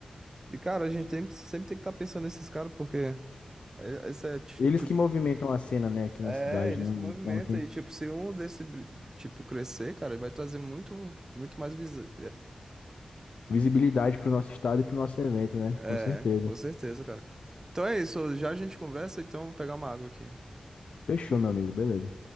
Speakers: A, on the right (about 25°); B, on the left (about 80°).
A: E, cara, a gente tem, sempre tem que estar pensando nesses caras, porque é- esse é, ti-
B: Eles
A: tipo,
B: que movimentam a cena, né, aqui na
A: é,
B: cidade,
A: eles
B: né?
A: que
B: Então
A: movimentam.
B: tem.
A: E, tipo, se um desse, bri- tipo, crescer, cara, ele vai trazer muito, muito mais, visi-
B: Visibilidade para o nosso estado e para o nosso evento, né?
A: É,
B: Com certeza.
A: com certeza, cara. Então é isso. Já a gente conversa, então eu vou pegar uma água aqui.
B: Fechou, meu amigo. Beleza.